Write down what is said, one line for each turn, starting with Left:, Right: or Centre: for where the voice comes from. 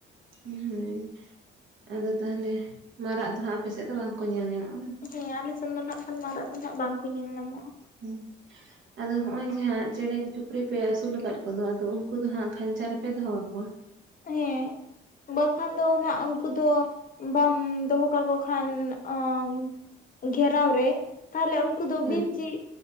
Right: ᱦᱳᱭ ᱟᱫᱚ ᱛᱟᱦᱚᱞᱮ ᱢᱟᱨᱟᱜ ᱫᱚ ᱦᱟᱸᱜ ᱟᱯᱮᱥᱮᱫ ᱫᱚ ᱵᱟᱝᱠᱚ ᱧᱮᱞ ᱧᱟᱢᱚᱜᱼᱟ?
Left: ᱦᱮᱸ ᱟᱞᱮᱥᱮᱱ ᱫᱚ ᱱᱟᱜ ᱠᱷᱟᱱ ᱢᱟᱨᱟᱜ ᱫᱚ ᱱᱟᱜ ᱵᱟᱝᱠᱚ ᱧᱮᱞ ᱧᱟᱢᱚᱜᱼᱟ᱾
Right: ᱦᱮᱸ᱾ ᱟᱫᱚ ᱦᱚᱸᱜ-ᱚᱭ ᱡᱟᱦᱟᱸᱪᱮᱬᱮ ᱪᱩᱯᱨᱤ ᱯᱮ ᱟᱹᱥᱩᱞᱟ ᱟᱠᱟᱫ ᱠᱚᱫᱚ ᱟᱫᱚ ᱩᱱᱠᱩ ᱫᱚ ᱦᱟᱸᱜ ᱠᱷᱟᱧᱪᱟ ᱨᱮᱯᱮ ᱫᱚᱦᱚᱠᱟᱠᱚᱣᱟ?
Left: ᱦᱮᱸ᱾ ᱵᱟᱝᱠᱷᱟᱱ ᱫᱚ ᱱᱟᱦᱟᱜ ᱩᱱᱠᱩ ᱫᱚ ᱵᱟᱢ ᱫᱚᱦᱚ ᱠᱟᱠᱚ ᱠᱷᱟᱱ ᱟᱢ ᱜᱷᱮᱨᱟᱣ ᱨᱮ ᱛᱟᱦᱚᱞᱮ ᱩᱱᱠᱩ ᱫᱚ
Right: ᱦᱳᱭ
Left: ᱵᱤᱨ ᱪᱤᱜ